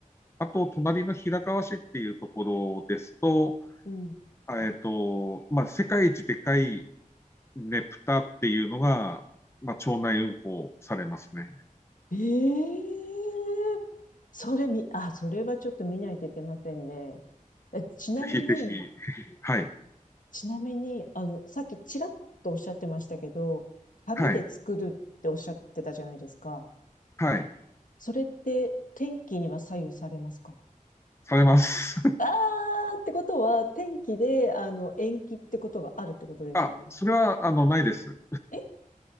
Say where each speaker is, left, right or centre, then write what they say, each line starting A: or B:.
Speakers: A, on the left (about 20°); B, on the left (about 70°).
A: あと、隣の平川市っていうところですと、
B: うん。
A: えっと、まあ、世界一でかいねぷたっていうのが、まあ、町内運行されますね。
B: ええそれみ、あ、それはちょっと見ないといけませんね。え、ちなみに、
A: ぜひぜひ、はい、
B: ちなみに、あの、さっきちらっとおっしゃってましたけど、紙で作るっておっしゃってたじゃないですか。
A: はい、はい、
B: それって天気には左右されますか
A: されます。
B: あーってことは、天気で、あの、延期ってことがあるってことですよね。
A: <laughs> あ、それは、あの、ないです。
B: え